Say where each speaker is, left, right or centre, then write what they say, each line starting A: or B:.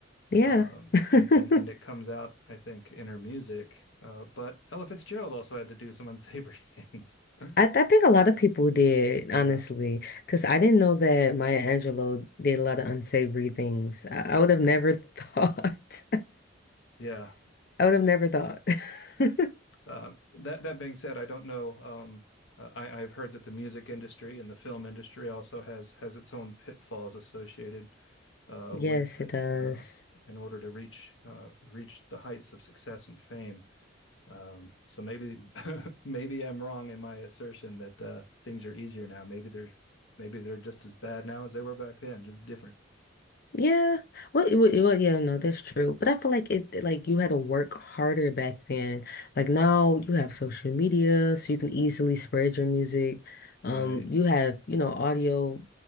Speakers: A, on the left (about 50°); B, on the left (about 75°).
A: Yeah.
B: Um,
A: <laughs>
B: and and and it comes out, I think, in her music. Uh, but Ella Fitzgerald also had to do some unsavory things. <laughs>
A: I, I think a lot of people did,
B: Yeah,
A: honestly, because I didn't know that Maya Angelou did a lot of unsavory things. I, I would have
B: yeah,
A: never <laughs> thought.
B: yeah.
A: I would have never thought. <laughs>
B: Uh, that that being said, I don't know. Um, uh, I, I've heard that the music industry and the film industry also has has its own pitfalls associated uh,
A: Yes,
B: with it
A: it does.
B: uh, in order to reach uh, reach the heights of success and fame. Um, so maybe <laughs> maybe I'm wrong in my assertion that uh, things are easier now. Maybe they're maybe they're just as bad now as they were back then, just different.
A: Yeah. What, what, well, yeah, no, that's true. But I feel like it, like you had to work harder back then. Like now you have social media, so you can easily spread your music. Um,
B: Right.
A: you have, you know, audio